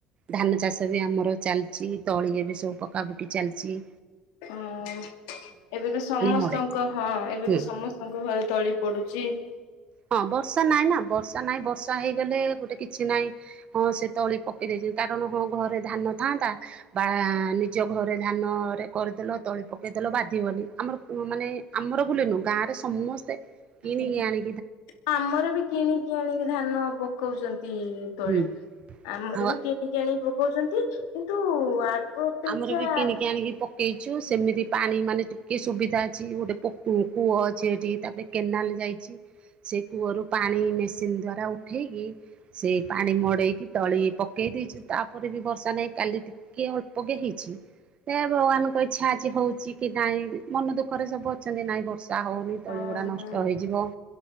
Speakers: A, on the right (about 45°); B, on the left (about 80°).
A: ଧାନ ଚାଷ ବି ଆମର ଚାଲିଛି ତଳି ଏ ବି ସବୁ ପକାପୁକ ଚାଲିଛି। ଜି।
B: ହଁ ଏବେ ତ ସମସ୍ତଙ୍କ
A: ମଡ଼େଇକି
B: ହଁ ଏବେ
A: ହୁଁ
B: ତ ସମସ୍ତଙ୍କ ଘରେ ତଳି ପଡୁଛି। ହ।
A: ହଁ ବର୍ଷା ନାଇଁ ନା ବର୍ଷା ନାଇଁ ବର୍ଷା। ଷା ହେଇଗଲେ ଗୋଟେ କିଛି ନହିଁ ହଁ ସେ ତଳି ପକେଇ ଦେଇ କାରଣ ହଁ ଘରେ ଧାନ ଥାନ୍ତା। ବା ନିଜ ଘରେ ଧାନରେ କରିଦେଲ ତଳି ପକେଇଦେଲ ବାଧିବନି ଆମର ମାନେ ଆମ ଆମର ବୁଲନୁ ଗାଁରେ ସମସ୍ତେ କିଣିକି
B: ଆଜ୍ଞା।
A: ଆଣି
B: ଆମର ବି କିଣିକି ଆଣିକି ଧାନ ପକଉଛନ୍ତି ତୋଳି।
A: ହୁଁ
B: ଆମର
A: ଆଉ
B: ବି କିଣିକି ଆଣିି ପକଉଛନ୍ତି କିନ୍ତୁ ଆଗ ଅପେକ୍ଷା
A: ଆମର ବି କିଣିକି ଆଣିକି ପକେଇଛୁ ସେମିତି ପାଣି ମାନେ ଟିକେ ସୁବିଧା ଅଛି ଗୋଟେ ପ କୂଅ ଅଛିଠି ତାପରେ କେନାଲ ଯାଇଛି। ସେ କୂଅରୁ ପାଣି ମେସିନ ଦ୍ଵାରା ଉଠେଇକି ସେ ପାଣି ମଡେଇକି ତଳି ପକେଇ। ଦେଇଛୁ ତାପରେ ବି ବର୍ଷା ନାହିଁ କାଲି ଟିକେ ଅଳ୍ପକେ ହେଇଛି। ସେ ଭଗବାନଙ୍କ ଇଚ୍ଛା ଅଛି ହଉଛି କି ନାଇଁ ମନ ଦୁଃଖରେ ସବୁ ଅଛନ୍ତି ନାଇଁ ବର୍ଷା ହଉନି ତଳିଗୁଡା
B: ହଁ
A: ନଷ୍ଟ
B: ହଁ।
A: ହେଇଯିବ